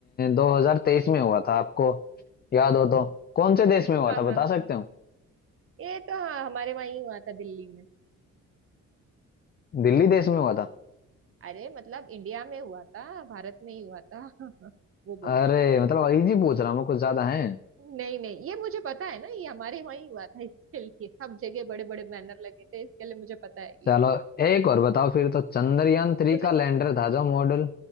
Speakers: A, on the left; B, on the right.
A: दो हजार तेईस में हुआ था आपको याद हो तो कौन से देश में हुआ
B: हाँ
A: था
B: हाँ
A: बता
B: हाँ
A: सकते हो
B: हाँ। ये तो हाँ हमारे वहाँ ही हुआ था दिल्ली में
A: दिल्ली देश में हुआ था
B: अरे मतलब इंडिया में हुआ था भारत में ही हुआ था <laughs> वो बोल
A: अरे
B: रही हूँ।
A: मतलब इजी पूछ रहा हूँ मैं, कुछ ज्यादा है
B: नहीं नहीं ये मुझे पता है ना ये हमारे वहां ही हुआ था इसके लिए सब जगह बड़े बड़े बैनर लगे थे इसके लिए मुझे पता है ये
A: चलो एक और बताओ फिर तो चंद्रयान थ्री
B: मतलब
A: का लैंडर था जो मॉडल